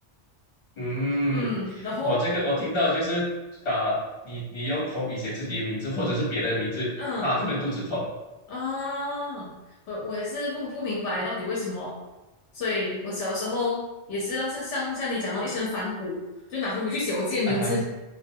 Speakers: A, on the left; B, on the left.
A: 嗯，
B: 嗯，然后
A: 我这个我听到就是啊、你你用红笔写自己的名字或者是别人的名字，
B: 嗯。
A: 他就会肚子痛
B: 啊，我我也是不不明白到底为什么，所以我小时候也是要像像像你讲到一身反骨，就拿红笔去写我自己的名字，
A: 啊。